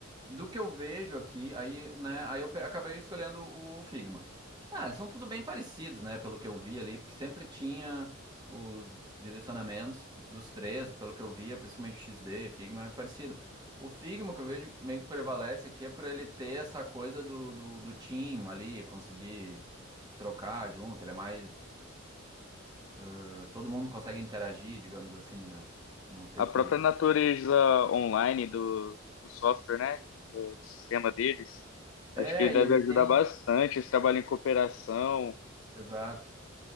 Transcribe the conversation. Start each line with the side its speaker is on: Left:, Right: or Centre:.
Right: do que eu vejo aqui, aí, né, aí eu pe- acabei escolhendo o Figma. Ah, eles são tudo bem parecidos, né, pelo que eu vi ali, porque sempre tinha os direcionamentos dos três, pelo que eu via, principalmente o XD, Figma é parecido. O Figma que eu vejo meio que prevalece aqui é por ele ter essa coisa do, do, do team ali, conseguir trocar junto, ele é mais... eh, Todo mundo consegue interagir, digamos assim, né? Não sei
Left: A
Right: se
Left: própria
Right: o...
Left: natureza online do, do software, né? Do, do sistema deles. Acho
Right: É,
Left: que deve
Right: e ele
Left: ajudar
Right: tem...
Left: bastante esse trabalho em cooperação.
Right: Exato.